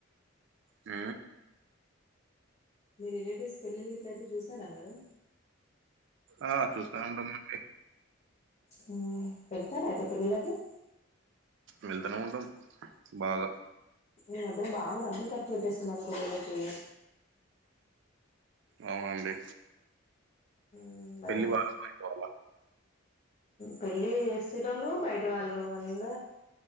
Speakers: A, on the right; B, on the left.
A: ఆ
B: మీ రిలేటివ్స్ పెళ్లిళ్లుకిట్లయితే చూసారా మీరు
A: ఆ చూస్తా ఉంటామండి
B: హ్మ్ వెళ్తారా అయితే పెళ్లిళ్లకి
A: వెళ్తనే ఉంటం బాగా
B: ఈ మధ్యన బాగా డబ్బులు ఖర్చు పెట్టేస్తున్నారు పెళ్లిళ్లకి
A: అవునండి
B: హ్మ్ బయట
A: పెళ్లి వాళ్ళ వాళ్ళ
B: పెళ్ళి చేసేటోలు బయటి వాళ్ళు అంద